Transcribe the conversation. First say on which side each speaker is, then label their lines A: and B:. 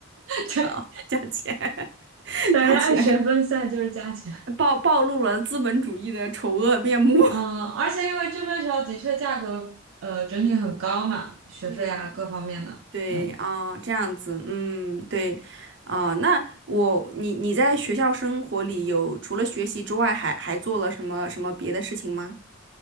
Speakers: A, on the right; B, on the right.
A: <laughs> 对，
B: <laughs> 加钱 <laughs>
A: 反正按学分算就是加钱。
B: 加钱，暴暴露了资本主义的丑恶面目，
A: 嗯、而且因为这边学校的确价格呃整体很高嘛，
B: <laughs>
A: 学费啊各方面的。
B: 嗯。对啊，
A: 嗯。
B: 这样子，嗯，对，啊，那我你你在学校生活里有除了学习之外还，还做了什么什么别的事情吗？